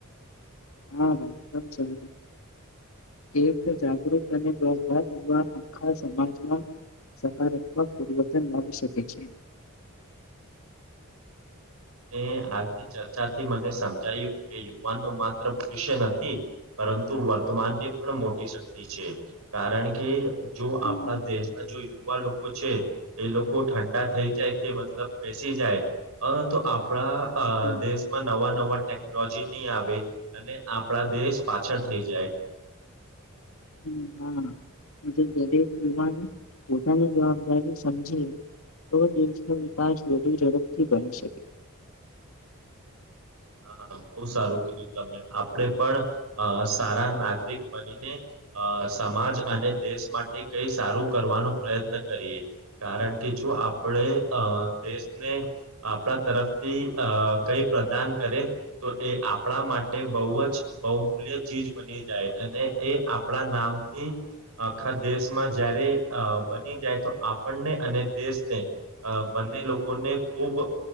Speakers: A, on the left; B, on the right.
A: હા ભાઈ એકદમ સર. એક જાગૃત અને લોભ યુવા આખા સમાજમાં સકારાત્મક પરિવર્તન લાવી શકે છે.
B: <inaudible> એ આજની ચર્ચાથી મને સમજાયું કે યુવાનનું માત્ર ભવિષ્ય નથી પરંતુ વર્તમાનને પણ મોટી શક્તિ છે કારણ કે જો
A: હમ
B: આપણા દેશના જો એવા લોકો છે એ લોકો ઠંડા થઈ જાય કે મતલબ બેસી જાય તો આપણા અ
A: હમ
B: દેશમાં નવા નવા ટેકનોલોજી નહીં આવે અને આપણા દેશ પાછળ થઈ જાય
A: હમ્મ હમ્મ દરેક યુવાન પોતાની જવાબદારી સમજે. તો દેશનો વિકાસ વધુ ઝડપથી બની શકે.
B: હા બહૂ સારું કીધું તમે આપડે પણ સારા નાગરિક બનીને અ સમાજ અને દેશ માટે કઈ સારું કરવાનો પ્રયત્ન કરીએ કારણ કે જો આપણે દેશને આપણા તરફથી અ કઈ પ્રદાન કરે તો એ આપણા માટે બહુ જ બહુમૂલ્ય ચીજ બની જાય અને એ આપ આપણા નામથી આખા દેશમાં જયારે અ બની જાય તો આપણને અને દેશને એને લોકોને ખૂબ